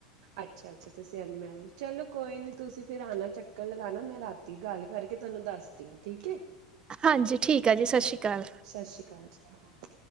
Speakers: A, on the right; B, on the right.
A: ਅੱਛਾ, ਅੱਛਾ ਤੁਸੀਂ ਅਨਮੈਰਿਡ ਚਲੋ ਕੋਈ ਨੀ ਤੁਸੀਂ ਫਿਰ ਆਣਾ ਚੱਕਰ ਲਗਾਣਾ ਮੈਂ ਰਾਤੀ ਗੱਲ ਕਰਕੇ ਤੁਹਾਨੂੰ ਦੱਸਦੀ ਆ, ਠੀਕ ਐ।
B: ਹਾਂਜੀ ਠੀਕ ਆ ਜੀ ਸਤਿ ਸ਼੍ਰੀ ਅਕਾਲ।
A: ਸਤਿ ਸ਼੍ਰੀ ਅਕਾਲ ਜੀ।